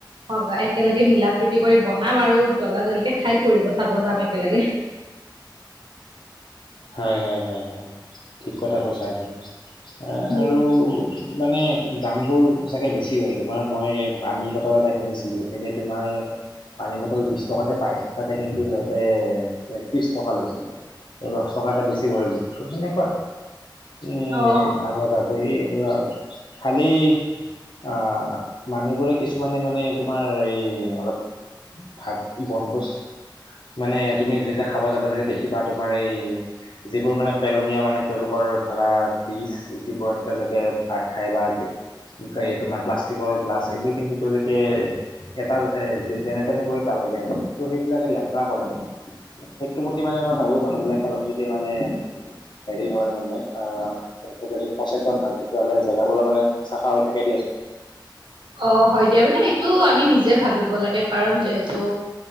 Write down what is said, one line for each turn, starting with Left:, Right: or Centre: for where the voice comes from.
Right: হয় একেলগে মিলা প্ৰীতি কৰি বনাম আৰু জ্বলদা জ্বদিকে খাই ফুৰিব চাব যাম একেলগে।
Left: হয়, হয় ঠিক কথা কৈছা আ তুম এ
Right: উম
Left: আৰু মানে দাম বোৰ সঁচাকে বেছি হয় তোমাৰ মই পানী বটল এটা কিনিছিলোঁ এনেই তোমাৰ পানী বটল বিশ টকাতে পাই তাতে কিন্তু সিহঁতে ত্ৰিশ টকা লৈছিলে। দহ টকা এটা বেছি ভৰিলো ত সেনেকুৱা এ
Right: অ অ
Left: আমাৰ জাত এই খালি অ', মানুহবোৰে কিছুমানে মানে তোমাৰ এই অলপ ভাত বনভোজ মানে তুমি যেতিয়া খাব যাবা যেতিয়া দেখিবা তোমাৰ এই যিবোৰ মানে পেলনীয়া মানে তেওঁলোকৰ ধৰা তিছ যিবোৰত তেওঁলোকে ভাত খাই বা আজি এই তোমাৰ প্লাষ্টিকৰ গ্লাছ এইবোৰ কিন্তু তেওঁলোকে এটা এ যেনে তেনে কৰি পেলাই যায় মানে ত' সেইবিলাকে লেতেৰা কৰে মানে সেইটো প্ৰতি মানে মই ভাবোঁ মানুহ বিলাক অলপ যদি মানে এৰি হয় মানে অ'। তেওঁলে যদি সচেতন হয় তেতিয়াহ'লে জেগাবোৰো মানে চাফা হৈ থাকে দিয়াচোন।
Right: অ', হয় দিয়া মানে সেইটো আমি নিজে ভাবিব লাগে কাৰণ যিহেতু